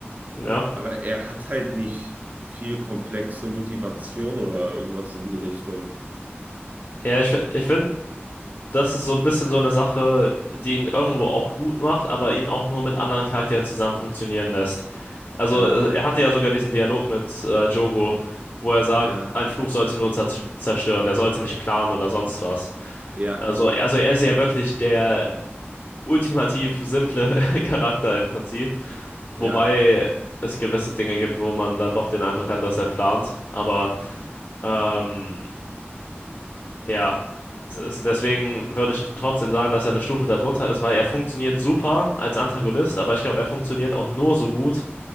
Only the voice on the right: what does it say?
Aber er hat halt nicht viel komplexe Motivation oder irgendwas in die Richtung.
Ja,
ja,
ja,
ja.